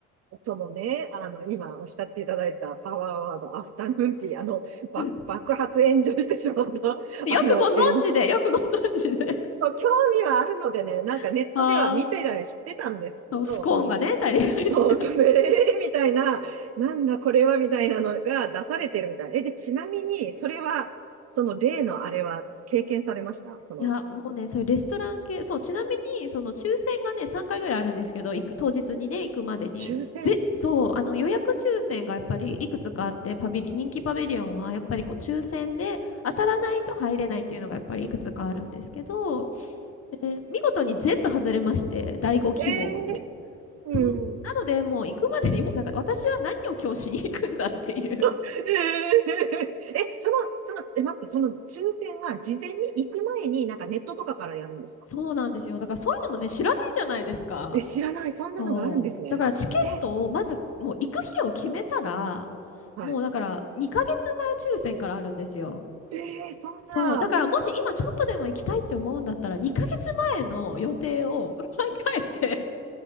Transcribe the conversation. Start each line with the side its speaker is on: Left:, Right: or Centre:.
Right: そのね、あの、今おっしゃっていただいたパワーワード、アフタヌーンティー、あの、ば爆発炎上してしまった、
Left: うん
Right: <laughs>
Left: よくご存知で、
Right: あの、え
Left: よくご存知で。
Right: そう興味はあるのでね、なんかネットでは見てたり知ってたんですけど、
Left: <laughs> ああ。そうスコーンがね、足りないとか。
Right: そう、とえー <laughs> みたいな、なんだこれはみたいなのが出されてるみたい。え、で、ちなみに、それは、その例のあれは経験されましたその、
Left: いや、もうね、そういうレストラン系、そう、ちなみに、その抽選がね、3回ぐらいあるんですけど、行く、当日にね、行くまでに、
Right: 抽選
Left: ぜ、そう、あの予約抽選がやっぱりいくつかあって、パビリ、人気パビリオンはやっぱりこう抽選で当たらないと入れないっていうのがやっぱりいくつかあるんですけど、えー見事に全部外れまして、第5希望まで。
Right: ええー、うん。
Left: そう。なので、もう行くまでにもうなんか私は何を今日しに行くんだっていう。
Right: <laughs> え、その、その、え、待って、その抽選は事前に行く前になんかネットとかからやるんですか
Left: そうなんですよ。だからそういうのもね、知らないじゃないですか。
Right: え、知らない。そんなのがあるんですね。
Left: そう。だからチケットをまずもう行く日を決めたら、
Right: え、はい。
Left: もうだから2ヶ月前抽選からあるんですよ。
Right: えー、そんな、
Left: そう。だからもし今ちょっとでも行きたいって思うんだったら2ヶ月前の予定を
Right: <laughs>
Left: <laughs> 考えて